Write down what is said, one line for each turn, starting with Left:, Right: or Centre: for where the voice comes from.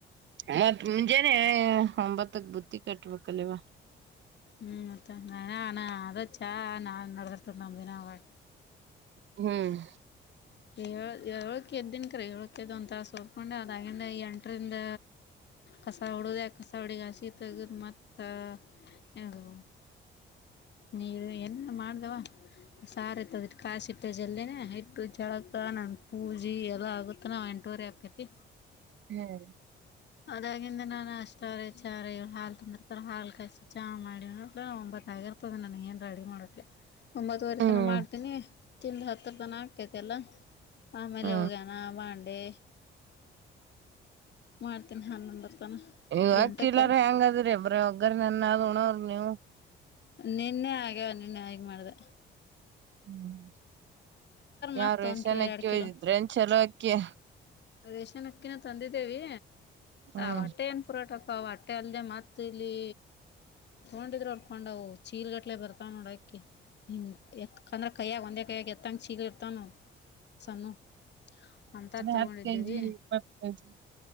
Right: ಅಣ ಮುಂಜಾನೆ ಒಂಬತ್ತಕ್ ಬುತ್ತಿ ಕಟ್ಬೇಕಲ್ಲವಾ,
Left: ಹ್ಮ್ ಮತ್ತೆ ನನನ ಅದು ಚ ನಾ ನಡೆಸ್ತಿದ್ದಂಗೆ ನಾವು.
Right: ಹ್ಮ್
Left: ಏಳ್ ಏಳಕ್ಕೆ ಎದ್ದಿನ್ಕ್ರೀ ಏಳಕ್ಕೆದು ಒಂದು ತಾಸು ಉಣ್ಣಾಗ ನಾನು ಎಂಟರಿಂದ. ಕಸ ಹೊಡೆಯ ಕಸ ಹೊಡೆಯ ಹಸಿ ತೆಗೆದ್ ಮತ್ತೆ ಏನ್ರೀ. ನೀರು ಎಲ್ಲ ಮಾಡ್ದವ ಸಾರು ತೆಗೆದು ಕಾಸಿ ಫ್ರಿಡ್ಜ್ ನಲ್ಲೆ ಹಿಟ್ಟುು. ಕೆಳಕ ನನ್ ಪೂಜೆ ಎಲ್ಲ ಆಗಬೇಕೇನಾ ಎಂಟೂವರಿ ಎಂಟೂವರೆ ಆಗ್ತೈತಿ.
Right: ಹ್ಮ್
Left: ಅದಾಗಿಂದ ನಾನ್ ಅಷ್ಟವ್ರೆ ಚಾರೆ ಹಾಲು ತಂದಿರುತ್ತಾರೆ ಹಾಲ್ ಕಾಯಿಸಿ ಚಾ ಮಾಡಿ ಆಗಿರ್ತದೆ ನನಗೆ ಏನು ರೆಡಿ ಮಾಡೋಕ್ಕೆ. ಒಂಬತ್ತುವರೆ
Right: ಹ್ಮ್
Left: ತನ ಮಾಡ್ತೀನಿ ಚಿಂದ್ ಹತ್ತುತನ ಆಕೈತೆ ಎಲ್ಲ. ಆಮೇಲೆ
Right: ಹ್ಮ
Left: ಒಗ್ಯಾನ ಬಾಂಡೆ ಮಾಡ್ತೀನಿ ಹನ್ನೊಂದರ ತನಕ
Right: ಇವಕಿಲ್ಲಾರ
Left: ಎಂಟಕ್ಕೆ
Right: ಹೆಂಗದ್ರಿ ಬ್ರೋ ಒಗ್ಗರು ಮುನ್ನ ಋಣವು ನೀವು.
Left: ನಿನ್ನೆ ಆಗ್ಯಾವ ನಿನ್ನಾಗಿ ಮಾಡ್ದೆ.
Right: ಹ್ಮ್ ಯಾ
Left: ಮತ್ತು
Right: ರೇಷನ್
Left: ಒಂದು ಕಿಲೋ
Right: ಅಕ್ಕಿ
Left: ಎರಡು ಕಿಲೋ
Right: ಒಳಗಿದ್ರಾ ಚಲೋಕಿ.
Left: ರೇಷನ್ ಅಕ್ಕಿನೂ ತಂದಿದ್ದೀವಿ
Right: ಹ್ಮ್
Left: ಹೊಟ್ಟೆ ಏನ್ ಪುರಾಟ. ಪ ಹೊಟ್ಟೆ ಅಲ್ದೆ ಮತ್ ಇಲ್ಲಿ. ತಗೊಂಡಿದ್ರು ಅರ್ಕೊಂಡವು ಚೀಲ್ಗಟ್ಲೆ ಬರ್ತಾವ ನೋಡು ಅಕ್ಕಿ. ಹಿಂಗ್ ಎತ್ಕಂದ್ರ ಕೈಯ್ಯಾಗ ಒಂದೇ ಕೈಯ್ಯಾಗ ಎತ್ತಂಗ್ ಚೀಲ್ ಇರ್ತಾವು ಸಣ್ಣವು. ಅಂತ
Right: ಅ
Left: ತಗೊಂಡಿದ್ದೀವಿ
Right: ಹತ್ತು ಕೆಜಿ ಇಪ್ಪತ್ತು ಕೆಜಿ